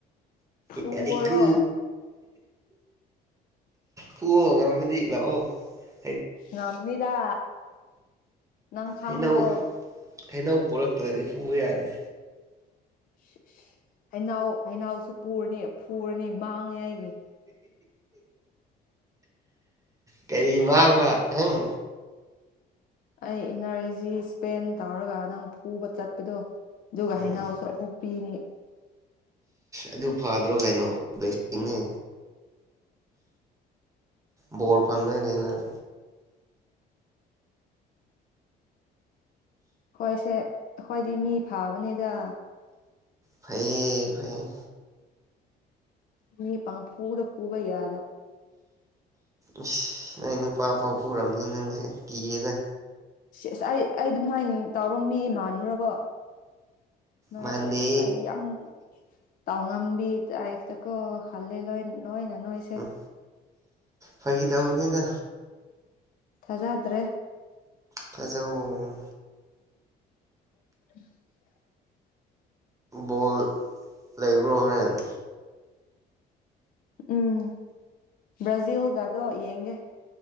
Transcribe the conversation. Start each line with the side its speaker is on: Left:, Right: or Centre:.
Left: ꯐꯨꯑꯣꯔꯣ
Right: ꯌꯥꯗꯦꯀꯣ ꯐꯨꯑꯣ ꯉꯝꯃꯗꯤ ꯂꯥꯛ ꯑꯦ
Left: ꯉꯝꯅꯤꯗ ꯅꯪ ꯈꯪꯗ꯭ꯔꯣ
Right: ꯍꯩꯅꯧ ꯍꯩꯅꯧ ꯄꯨꯔꯛꯇ꯭ꯔꯗꯤ ꯐꯨꯕ ꯌꯥꯗꯦ
Left: ꯏꯁ ꯏꯁ ꯍꯩꯅꯧ ꯍꯩꯅꯧꯁꯨ ꯄꯨꯔꯅꯤ ꯐꯨꯔꯅꯤ ꯃꯥꯡꯉꯦ ꯑꯩꯒꯤ
Right: ꯀꯔꯤ ꯃꯥꯡꯕ ꯍꯪ
Left: ꯑꯩ ꯏꯟꯅꯔꯖꯤ ꯁ꯭ꯄꯦꯟ ꯇꯧꯔꯒ ꯅꯪ ꯐꯨꯕ ꯆꯠꯄꯗꯣ ꯑꯗꯨꯒ
Right: ꯎꯝ
Left: ꯍꯩꯅꯧꯁꯨ ꯑꯃꯨꯛ ꯄꯤꯅꯤ
Right: ꯑꯗꯨ ꯐꯗ꯭ꯔꯣ ꯀꯩꯅꯣ ꯕꯣꯔ ꯐꯥꯡꯗꯣꯏ ꯅꯦꯅꯪ
Left: ꯍꯣꯏꯁꯦ ꯑꯩꯈꯣꯏꯗꯤ ꯃꯤ ꯐꯕꯅꯤꯗ
Right: ꯐꯩꯌꯦ ꯐꯩꯌꯦ
Left: ꯃꯤ ꯄꯪ ꯐꯨꯗ ꯐꯨꯕ ꯌꯥ
Right: ꯏꯁ ꯅꯪ ꯅꯨꯄꯥ ꯐꯥꯎ ꯄꯨꯔꯝꯅꯤ ꯅꯪꯁꯦ ꯀꯤꯑꯦꯗ
Left: ꯑꯁ ꯑꯩ ꯑꯩ ꯑꯗꯨꯃꯥꯏꯅ ꯇꯧꯕ ꯃꯤ ꯃꯥꯟꯕ꯭ꯔꯕꯣ ꯅꯣꯏꯁꯦ
Right: ꯃꯥꯟꯗꯦ
Left: ꯑꯁ ꯑꯩ ꯌꯥꯝ ꯇꯥꯎ ꯉꯝꯕꯤ ꯇꯥꯏꯞꯇꯀꯣ ꯍꯜꯗꯂꯦ ꯂꯣꯏ ꯂꯣꯏꯅ ꯅꯣꯏꯁꯦ
Right: ꯎꯝ ꯐꯥꯒꯤ ꯇꯧꯕꯅꯤꯗ
Left: ꯊꯥꯖꯗ꯭ꯔꯦ
Right: ꯊꯥꯖꯧꯑꯣ
Left: <unintelligible>
Right: ꯕꯣꯜ ꯂꯩꯕ꯭ꯔꯣ ꯍꯣꯔꯦꯟ
Left: ꯎꯝ ꯕ꯭ꯔꯥꯖꯤꯜꯒꯗꯣ ꯌꯦꯡꯒꯦ